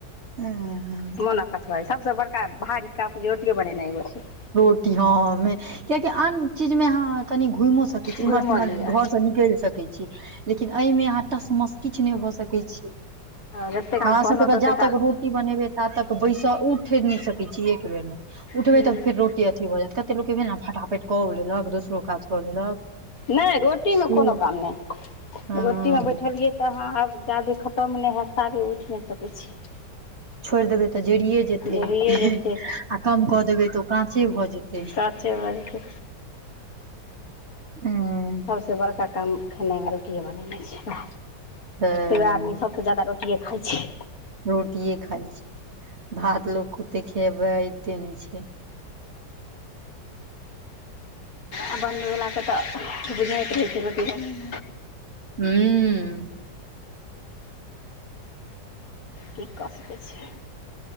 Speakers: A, on the right; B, on the left.
A: ऐं हां।
B: मोन अक्छ भै जाए सबसे बड़का भारी कप रोटीए बनैनय होय छै।
A: रोटी हां मे कियाकि अन चीज में अहां कनि घुमौ सक छी ईम्हर
B: घुमि
A: से ईम्हर
B: लिअ
A: घर से निकैल सकय छी। लेकिन एमे अहाँ टस-मस किछ नै भऽ सकय छी,
B: जते काल
A: हमरा
B: बनत
A: सबके तै
B: ओते
A: जा
B: काल
A: तक रो टी बनेबै ता तक बैसा उठ नै सकय छीयै एक बेर नै उठबै
B: हूं
A: तऽ फेर रोटी अथी भऽ जाएत, कते लोक के भेल नै फटा-फट कऽ अ लेलक दोसरो काज कऽ लेलक
B: नै रोटीमे
A: से
B: कोनो काम नै
A: हँ
B: रोटी मे बैठलिए तऽ अहाँ अब जा धैर खत्म नै हैत ताबे उठ नै सकय छीयै।
A: छोएड़ देबय तै जरिेए जेतय
B: जरिये जेतै
A: आ कम कऽ देबय तऽ ओ काँचे भऽ जेतय।
B: काँचे भ जैतय
A: हूं
B: सबस बड़का काम खेनाय मे रोटिए बनेनय छै
A: तऽ
B: तै वैह आदमी सब तै जादा रोटिए खाय छै।
A: रोटिए खाय छै, भात लोक के ओतय खेबय ऐते नै छै।
B: आ बनबय बला के तऽ बुझाइत रहय छै रोटी बनबय में।
A: हूं। उम्म
B: की क सकय छी?